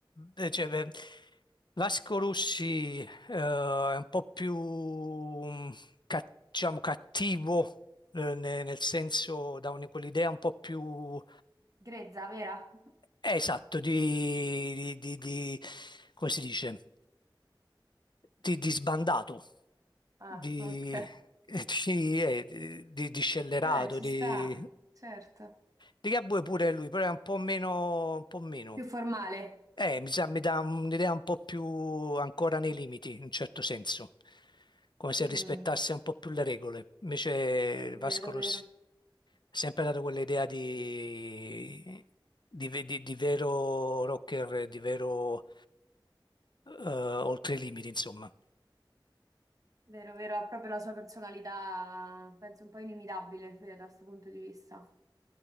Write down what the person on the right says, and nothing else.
Grezza, vera?
Ah,
ok.
Vabbè, ci
sta, certo.
Più formale.
Mm,
Vero,
vero.
Vero, vero, ha proprio la sua personalità, penso un po' inimitabile Fede, da questo punto di vista.